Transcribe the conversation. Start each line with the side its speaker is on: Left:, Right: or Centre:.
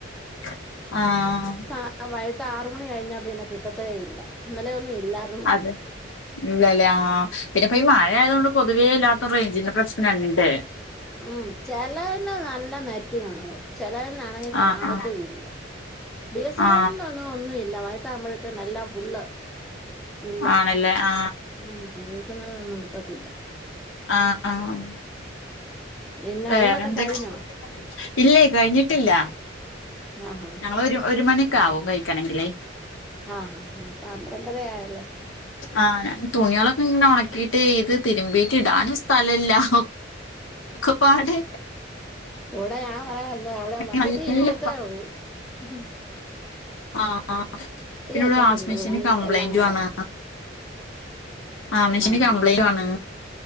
Left: ആഹ് ഹാ
Centre: അ വൈകിട്ട് ആർമണി കഴിഞ്ഞാ പിന്നെ കിട്ടത്തേഇല്ല ഇന്നലെയൊന്നും ഇല്ലായി
Left: അതെ ഇല്ലല്ലേ ആ പിന്നെപ്പൊ ഈ മഴ ആയതോണ്ട് പൊതുവേ എല്ലാട്ത്തും റേയ്ഞ്ചിന്റെ പ്രശ്ണണ്ട്.
Centre: ഉം ചെലേന്ന് നല്ല നെറ്റ്കാണും ചെലേന്നാണെങ്കി കാണത്തുല്ല.
Left: ആ ആ
Centre: ബിസെന്നിൽ
Left: ആ
Centre: ഒന്നുല്ല വൈട്ടാവുമ്പോഴത്തിനും എല്ലാം ഫുള്ള് ഇല്ല
Left: ആണല്ലേ അ
Centre: ഉം ബി യെസ് എന്നൽ നൊന്നും കിട്ടത്തില്ല
Left: ആഹ് ആഹ്
Centre: പിന്നെ
Left: വേറെന്തൊക്കി
Centre: ഊണൊക്കെ കഴിഞ്ഞോ
Left: ഇല്ലേ കഴിഞ്ഞിട്ടില്ല
Centre: ആഹാ
Left: ഞങ്ങൾ ഒര് ഒരുമണിയൊക്കെ ആവും കഴിക്കണെങ്കില്
Centre: ആഹ് ഹാ പന്ത്രണ്ടരആയൊള്ളു.
Left: ആഹ് ഞാൻ തുണികളൊക്കെ ഇങ്ങനെ ഒണക്കീട്ട് ഇത് തിരുമ്പീട്ട് ഇടാനും സ്ഥലല്ല ഒ കൊപ്പാടെ
Centre: ഇവടെ ഞാൻ പറയാന്നു അവടെ ബക്കറ്റി
Left: നല്ല
Centre: ഇരിക്കത്തേയൊള്ളൂ ഹ് ഹ്
Left: ആഹ് ആഹ് പിന്നെവിടെ
Centre: വെച്ചിട്ടുണ്ട്
Left: വാഷിംങ് മിഷീന്
Centre: തുണി
Left: കംപ്ലൈന്റു
Centre: എല്ലാം കൂടെ
Left: ആണ് ആഹ് മെഷേന്
Centre: ആഹാ
Left: കംപ്ലൈന്റ്റ്ഉം ആണ്